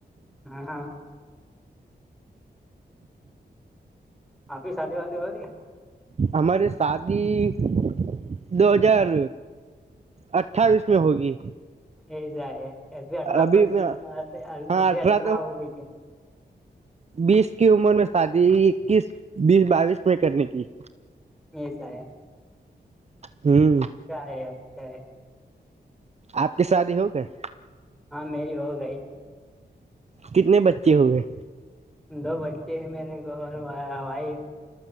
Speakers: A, in the centre; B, on the right.
A: હમ હા આપી સાથેદી વા હોય.
B: હમારે શાદી દો હજાર અઠ્ઠાવીસ મે હોગી.
A: એસા અી અ્ટ્રા
B: અભી
A: પ્લસ
B: હા
A: અભી
B: અઠરા
A: અલ્ટ્રા હો કે
B: બીસ કી ઉમર મે શાદી કીસ બીસ બાવીસ મે કર નેકી
A: એ સાહે
B: હમ્મ
A: <unintelligible>
B: આપકી શાદી હો ગઈ
A: હા મેરી હો ગઈ.
B: કીતને બચ્ચે હો ગયે
A: દો બચ્ચે હ મેરે વાઇફ